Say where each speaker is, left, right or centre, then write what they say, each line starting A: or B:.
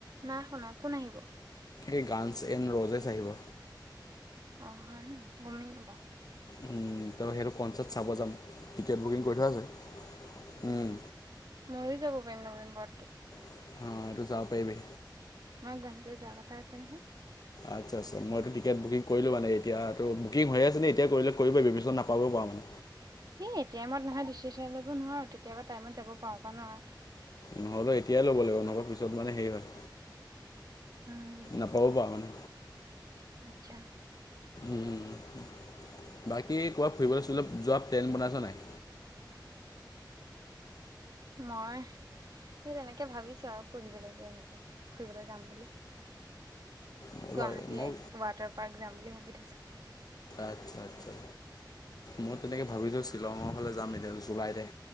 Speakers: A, on the right; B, on the left.
A: নাই শুনা কোন আহিব?
B: এই গানছ এন ৰ'জে চ আহিব।
A: অ হয়নি গমেই নাপাওঁ।
B: উম, ত সেইটো কনচাৰ্ট চাব যাম, টিকেট বুকিং কৰি থোৱা আছে, উম।
A: মইও যাব পাৰিম নৱেম্বৰত।
B: অ সেইটো যাব পাৰিবি।
A: মই গুৱাহাটীলে যোৱা কথা আছে নহয়।
B: আচ্ছা আচ্ছা মইতো টিকেট বুকিং কৰিলো মানে, এতিয়াটো বুকিং হৈ আছিলে এতিয়া কৰিলে কৰিব পাৰিবি, পিছত নাপাব পাৰ। অ',
A: এই এতিয়া নহয় দিচেশন ল'ব নোৱাৰোঁ তেতিয়াবা টাইমত যাব পাৰো বা নোৱাৰোঁ।
B: নহ'লেও এতিয়াই ল'ব লাগিব নহলে পিছত মানে হেৰি হয়।
A: উম
B: নাপাব পাৰ মানে
A: আচ্ছা,
B: উম, বাকী ক'ৰবাত ফুৰিবলৈ সুৰিবলে যোৱা প্লেন বনাইছ নাই।
A: মই সেই তেনেকে ভাবিছো আৰু পঢ়িব লাগিব এনেকে ফুৰিবলৈ যাম বুলি।
B: মই
A: গুৱাহাটী
B: ভাবি মই
A: এক ৱাটাৰ পাৰ্ক যাম বুলি ভাবি থৈছোঁ।
B: আচ্ছা-আচ্ছা, মই তেনেকে ভাবিছো শ্বিলঙৰ ফালে যাম এতিয়া জুলাইতে।